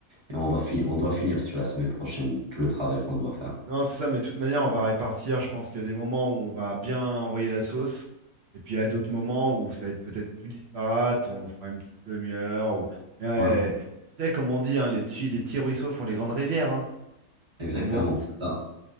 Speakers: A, on the right; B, on the right.
A: et on va fi- on doit finir sur la semaine prochaine tout le travail qu'on doit faire.
B: Non, c'est ça, mais de toute manière, on va répartir. Je pense qu'il y a des moments où on va bien envoyer la sauce, et puis il y a d'autres moments où ça va être peut-être plus disparate. On fera une petite demi-heure. Ou... Mais euh,
A: Ouais,
B: tu sais, comme on dit, hein, les petits, les petits ruisseaux font les grandes rivières. hein.
A: exactement.
B: Donc bon.
A: c'est ça.